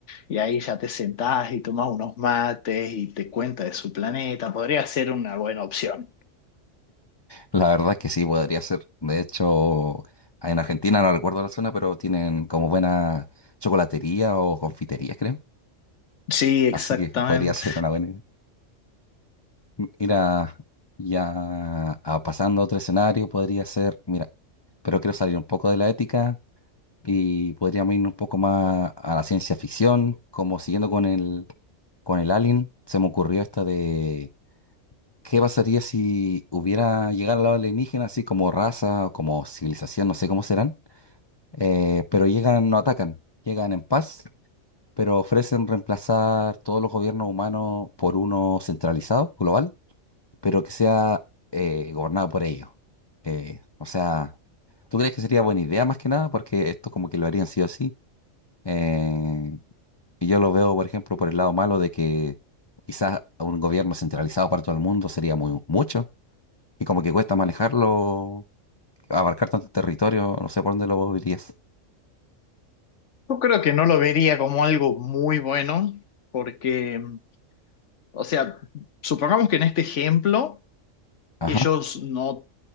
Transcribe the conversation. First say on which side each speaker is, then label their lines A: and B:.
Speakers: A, on the left; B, on the left.
A: Y ahí ya te sentás y tomas unos mates y te cuenta de su planeta. Podría ser una buena opción.
B: La verdad es que sí, podría ser. De hecho, en Argentina, no recuerdo la zona, pero tienen como buena chocolatería o confitería, creo.
A: Sí, exactamente.
B: Así que podría <laughs> ser una buena idea. Mira, ya a- pasando a otro escenario, podría ser, mira, pero quiero salir un poco de la ética. y podríamos irnos un poco más a la ciencia ficción, como siguiendo con el, con el Alien, se me ocurrió esta de qué pasaría si hubiera llegado al lado alienígena así como raza o como civilización, no sé cómo serán, eh, pero llegan, no atacan, llegan en paz, pero ofrecen reemplazar todos los gobiernos humanos por uno centralizado, global, pero que sea eh, gobernado por ellos. Eh, o sea, ¿tú crees que sería buena idea más que nada? Porque esto como que lo harían sí o sí. Eh, y yo lo veo, por ejemplo, por el lado malo de que quizás un gobierno centralizado para todo el mundo sería muy mucho y como que cuesta manejarlo, abarcar tanto territorio, no sé por dónde lo dirías.
A: Yo creo que no lo vería como algo muy bueno porque, o sea, supongamos que en este ejemplo
B: Ajá.
A: ellos no,